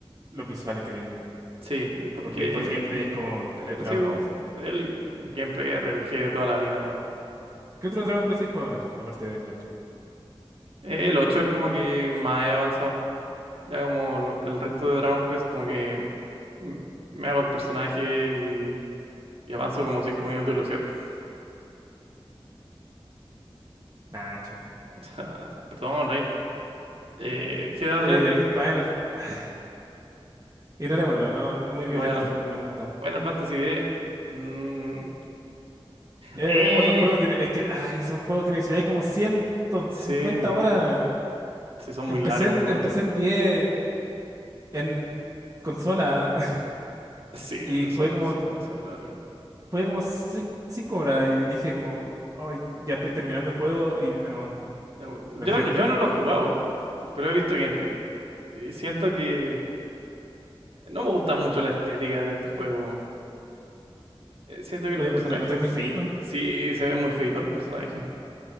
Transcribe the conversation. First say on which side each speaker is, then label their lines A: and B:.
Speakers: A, on the right (about 35°); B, on the right (about 75°).
A: los visuales que tiene.
B: Sí, eh, porque
A: Porque fue el gameplay
B: mm,
A: es como eh, Dragon
B: sí, po,
A: Quest.
B: el gameplay RPG de toda la vida, man.
A: ¿Qué otro Dragon Quest hay jugado, Nacho? Aparte del ocho
B: El 8 es como que más he avanzado. Ya como lo- el resto de Dragon Quest, como que mm, me hago el personaje y, y avanzo como cinco minutos y lo cierro. <laughs>
A: Nacho.
B: O sea, perdón, Rain. Eh, GTA
A: Eh,
B: 3, Rain.
A: Final... <sighs> Ignorémoslo, no, es muy
B: Bueno,
A: violento, no, no me gusta.
B: <laughs> Final Fantasy D. mm,
A: Eh,
B: eh,
A: otro juego que es que, ay, son juegos que necesitáis como ciento
B: sí,
A: cincuenta horas.
B: sí, son
A: Empecé
B: muy largos,
A: el, empecé
B: weón.
A: el 10 en consola <laughs>
B: Sí,
A: y jugué
B: son,
A: como,
B: son demasiado largos.
A: jugué como 5 horas y dije como, ay, ya estoy terminando el juego y no,
B: No,
A: lo
B: Yo,
A: dejé hasta
B: yo
A: ahí.
B: no lo he jugado, pero he visto gameplay. Y siento que no me gusta mucho la estética de este juego. weón. Eh, Siento que
A: Eh,
B: los personajes,
A: te lo encontré muy feíto.
B: eh, sí, se ven muy feitos los personajes.